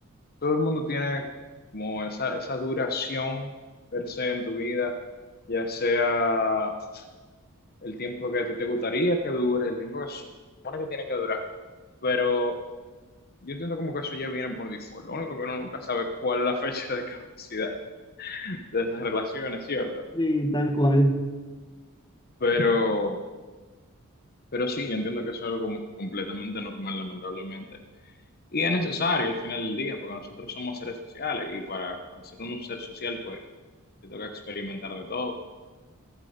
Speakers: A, on the left; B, on the left.
A: Todo el mundo tiene como esa, esa duración per se en tu vida, ya sea el tiempo que a ti te gustaría que dure, el tiempo que se supone que tiene que durar. Pero yo entiendo como que eso ya viene por default. Lo único que uno nunca sabe cuál es la <laughs> fecha de caducidad de esas relaciones, ¿cierto? Ujú.
B: Sí, tal cual.
A: Pero... Pero sí, yo entiendo que eso es algo como completamente normal, lamentablemente. Y es necesario al final del día, porque nosotros somos seres sociales y para, para ser un ser social, pues te toca experimentar de todo.